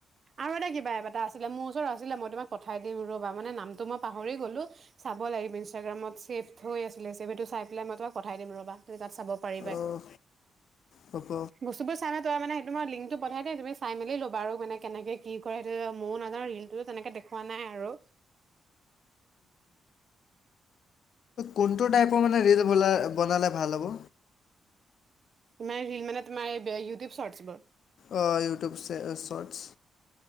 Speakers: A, on the right; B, on the left.
A: আৰু এটা কিবা এটা এটা আছিলে মোৰ ওচৰত আছিলে মই তোমাক পঠাই দিম ৰবা মানে নামটো মই পাহৰি গলো চাব লাগিব ইনষ্টাগ্ৰাম। ছেফ হৈ আছিলে ছেভ সেইটো চাই পেল মই তোাক পঠাই দিম ৰ'বা চাব পাৰিবা
B: অঁ হ'ব
A: বস্তুবোৰ চাই। তই মানে সেইটোমই লিংকটো পঠাই দে তুমি চাই মেলি ল'বা আৰু মানে কেনেকে কি কৰে সেইটো ময় নাজানো ৰিলতো তেনেকে দেখুৱাই নাই আৰু <inaudible>
B: কোনটো টাইপৰ মানে ব বনালে ভাল হ'ব
A: ৰিল মানে তোমাৰ ইউটিউব শৰ্টছোৰ
B: অঁ ইউটউব চটছ